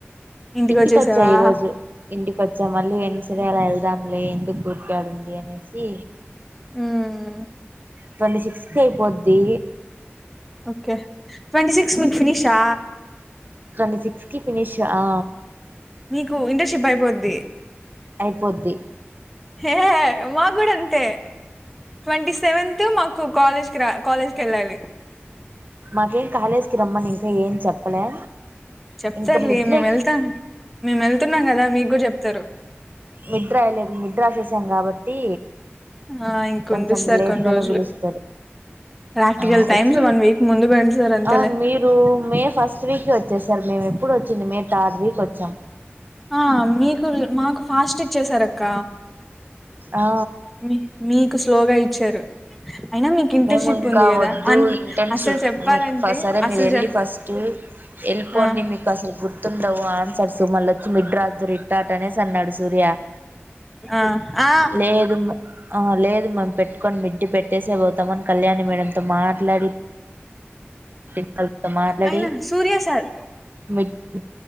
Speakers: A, in the centre; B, on the right (about 45°).
A: ఇంటికి
B: ఇంటికొచ్చా
A: వచ్చేసావా
B: ఈ రోజు ఇంటికోచ్చా మళ్ళీ ఎన్సఢే అలా వెళ్ల దామ్లే ఎందుకు గుర్కాడుందీ అనేసి
A: ఆహా
B: ట్వంటీ సిక్స్ తేపోద్ది
A: ఓకే ట్వంటీ సిక్స్ మికు ఫినిషా
B: ట్వంటీసిక్స్కి ఫినిష్ ఆ
A: మీకు ఇంటర్షిప్ అయిపోద్ది
B: అయిపోద్ది
A: హే మా కూడ అంతే ట్వంటీ సెవెంత్ మాకు కాలేజ్ క్ర కాలేజ్కెళ్ళాలి
B: నాకేం కాలేజ్కి రమ్మనయితే ఏం చెప్పలే
A: చెప్తారులే
B: ఇంకా మిడ్లే
A: మేమెళ్తాం మేమెళ్తున్నాం కదా మీకు కూడా చెప్తారు.
B: మిడ్రాయ లేం మిడ్రా చేసాం కాబట్టీ
A: ఆ ఇంకుండు
B: కొంచెం
A: సార్
B: లేట్గానే
A: కొన్ని రోజులు
B: పిలుస్తారు.
A: ప్రాక్టికల్
B: ఆ
A: టైమ్స్
B: వచ్చింది
A: వన్ వీక్ ముందు పెడతారు అంతేలే
B: ఆ మీరు మే ఫస్ట్ వీక్ వ చేసారు మేము ఎప్పుడు వచ్చింది మేము థర్డ్ వీక్ వచ్చాం.
A: ఆ మీకుల్ మాకు ఫాస్ట్ ఇచ్చేసారు అక్క
B: ఆ
A: మీ మీకు స్లోగా ఇచ్చారు. అయినా మీకు ఇంటర్న్షిప్
B: మేము ఇంకా
A: ఉంది కదా
B: వద్దు
A: అ
B: ఇంటర్న్షిప్
A: అసలు చెప్పాలంటే
B: మీకు సరే
A: అసలు
B: మీరేళ్ళి
A: చె
B: ఫస్టు ఎళ్ళ్పోండి
A: ఆ
B: మీకు అసలు గుర్ తుండవు ఆన్సర్స్ మళ్ళొచ్చి మిడ్ రాద్ధురు ఇట్టాట అనేసి అన్నాడు సూర్య
A: ఆ ఆ
B: లేదున్ ఆ లేదు మేము పెట్టుకొని మిడ్డి పెట్టేసే పోతమని కళ్యాణి మేడంతో మాట్లాడి ప్రిన్సిపల్తో మాట్లాడి
A: అయినా Surya sir
B: mid